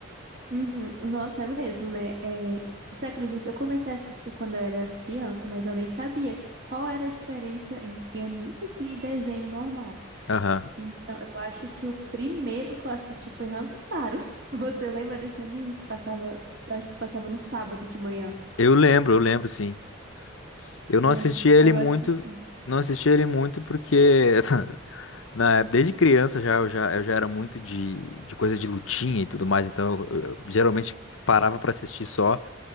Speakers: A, on the right; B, on the left.
A: Uhum. Nossa, é mesmo, né? É, você acredita? Eu comecei a assistir quando eu era criança, mas eu nem sabia qual era a diferença entre animes e desenho normal.
B: Aham.
A: Então, eu acho que o primeiro que eu assisti foi Hantaro. <laughs> Você lembra desse anime que passava? Eu acho que passava no sábado de manhã.
B: Eu lembro, eu lembro, sim. Eu não
A: É,
B: assistia ele
A: aí eu
B: muito,
A: assisti.
B: não assistia ele muito porque <laughs> Na- é, desde criança já eu já, eu já era muito de, de coisa de lutinha e tudo mais, então eu, eu geralmente parava pra assistir só